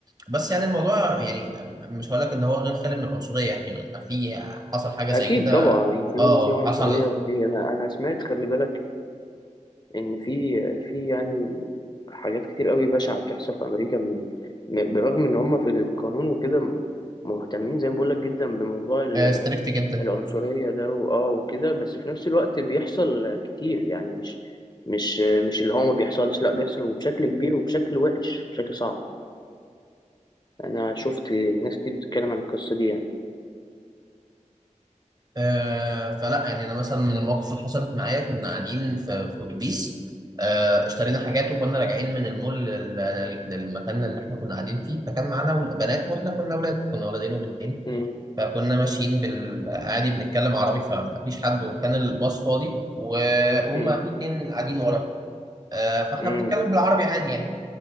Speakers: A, on the right (about 30°); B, on the left (about 35°).
A: بس يعني الموضوع يعني مش هقول لك ان هو غير خالي من العنصريه يعني في حصل حاجه زي
B: اكيد
A: كده
B: طبعا في
A: اه
B: في عنصرية
A: حصل
B: في انا انا سمعت خلي بالك ان في في يعني حاجات كتير قوي بشعة بتحصل في امريكا من م- بالرغم ان هم في القانون وكده مهتمين زي ما بقولك جدا بموضوع ال-
A: آه، ستريكت جدا
B: العنصرية ده واه وكده بس في نفس الوقت بيحصل كتير يعني مش مش مش اللي هو ما بيحصلش لا بيحصل وبشكل كبير وبشكل وحش بشكل صعب انا شفت ناس كتير بتتكلم عن القصة دي يعني
A: آه، فلا يعني انا مثلا من المواقف اللي حصلت معايا كنا قاعدين في في اتوبيس آه، اشترينا حاجات وكنا راجعين من المول لل- للمكان اللي احنا كنا قاعدين فيه فكان معانا ول- بنات واحنا كنا اولاد كنا ولدين وبنتين
B: امم
A: فكنا ماشيين بالعادي بنتكلم عربي فمفيش حد وكان الباص فاضي وهم
B: امم
A: في اتنين قاعدين ورا آه، فاحنا
B: امم
A: بنتكلم بالعربي عادي يعني